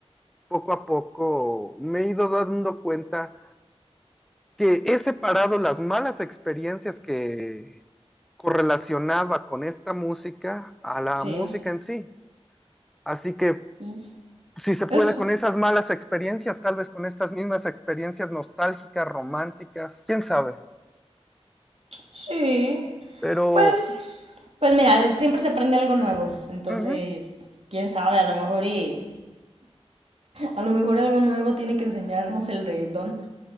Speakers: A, in the centre; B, on the right.
A: poco a poco me he ido dando cuenta que he separado las malas experiencias que correlacionaba con esta música a la
B: sí,
A: música en sí. Así que
B: mm,
A: si se puede,
B: eso,
A: con esas malas experiencias, tal vez con estas mismas experiencias nostálgicas, románticas, quién sabe.
B: sí.
A: Pero
B: Pues,
A: uh
B: pues mira, de- siempre se aprende algo nuevo, entonces,
A: -huh,
B: quién sabe, a lo mejor y... A lo mejor algo nuevo tiene que enseñarnos el reggaetón